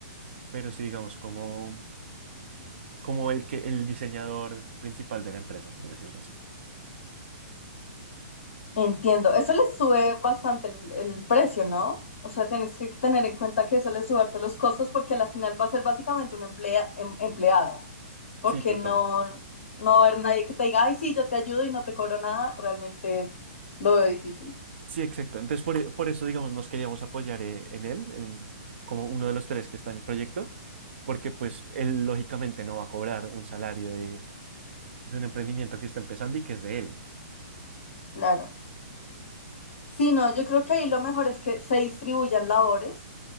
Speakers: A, on the right (about 55°); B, on the left (about 55°).
A: pero sí digamos como, como el que el diseñador principal de la empresa, por decirlo así.
B: Entiendo, eso les sube bastante el, el precio, ¿no? O sea, tienes que tener en cuenta que eso les sube harto los costos porque a la final va a ser básicamente un emplea- em- empleado, porque
A: Sí, total.
B: no, no va a haber nadie que te diga, ay, sí, yo te ayudo y no te cobro nada, realmente lo veo difícil,
A: Sí, exacto. Entonces, por, e- por eso, digamos, nos queríamos apoyar eh, en él, en, como uno de los tres que está en el proyecto, porque pues él lógicamente no va a cobrar un salario de, de un emprendimiento que está empezando y que es de él.
B: claro. Sí, no, yo creo que ahí lo mejor es que se distribuyan labores